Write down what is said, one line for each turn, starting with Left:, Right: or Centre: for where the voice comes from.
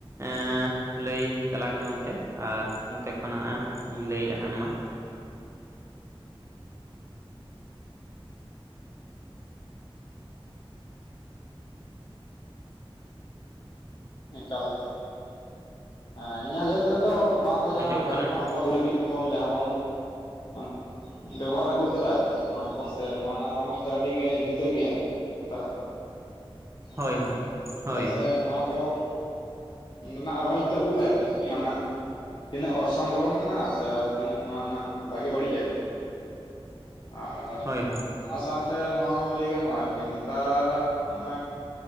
Right: ᱮᱸᱻ ᱞᱟᱹᱭ ᱛᱟᱞᱟᱝ ᱢᱮ ᱚᱱᱛᱮ ᱟᱨ ᱱᱚᱛᱮ ᱠᱷᱚᱱ ᱦᱟᱸᱜ ᱤᱧ ᱞᱟᱹᱭᱮᱜ ᱦᱟᱸᱜ ᱢᱟ᱾
Left: ᱮᱠᱟᱞ ᱮᱠᱟᱞ ᱦᱮᱸ ᱤᱧᱟᱹᱜ ᱩᱭᱦᱟᱹᱨ ᱛᱮᱫᱚ ᱱᱚᱣᱟ ᱠᱚ ᱡᱟᱦᱟᱸ
Right: ᱟᱸᱡᱚᱢᱚᱜ
Left: ᱯᱟᱹᱦᱤᱞ
Right: ᱠᱟᱱᱟ
Left: ᱠᱷᱚᱱ ᱟᱵᱚᱣᱟᱜ ᱞᱟᱹᱜᱤᱫ ᱵᱚᱱ ᱡᱟᱦᱟᱸ ᱵᱚᱱ ᱢᱟᱱᱮ ᱵᱮᱵᱚᱦᱟᱨ ᱟᱹᱜᱩ ᱠᱟᱫᱟ ᱟᱨᱠᱤ ᱱᱚᱣᱟ ᱠᱚ ᱥᱮ ᱱᱚᱣᱟ ᱨᱮᱱᱟᱜ ᱨᱚᱢᱚᱡᱽ ᱫᱚ ᱟᱹᱰᱤᱜᱮ ᱡᱩᱫᱟᱹ ᱜᱮᱭᱟ ᱟᱨᱠᱤ᱾ ᱱᱮᱛᱟᱨᱟᱜ ᱠᱷᱚᱱ ᱫᱚ,
Right: ᱦᱳᱭ ᱦᱳᱭ
Left: ᱪᱮᱫᱟᱜ
Right: ᱦᱳᱭ
Left: ᱥᱮ ᱱᱚᱣᱟ ᱠᱚ ᱱᱚᱰᱮ ᱱᱟᱜ ᱨᱚᱡᱽ ᱫᱚ ᱟᱹᱜᱩ ᱠᱟᱜᱼᱟ ᱟᱨᱠᱤ ᱱᱚᱣᱟ ᱨᱮᱱᱟᱜ ᱛᱤᱱᱟᱹᱜ ᱚᱨᱥᱚᱝ ᱵᱚᱞᱚᱱ ᱠᱟᱱᱟ ᱥᱮ ᱛᱤᱱᱟᱹᱜ ᱱᱚᱣᱟ ᱨᱮᱱᱟᱜ ᱵᱷᱟᱜᱮ ᱵᱟᱹᱲᱤᱡ ᱟᱨᱠᱤ᱾ ᱟᱨ
Right: ᱦᱳᱭ ᱦᱳᱭ
Left: ᱟᱨ ᱥᱟᱶᱛᱮ ᱱᱚᱣᱟ ᱦᱚᱸ ᱞᱟᱹᱭ ᱜᱟᱱᱚᱜᱼᱟ ᱟᱨᱠᱤ ᱱᱮᱛᱟᱨᱟᱜ ᱢᱟᱱᱮ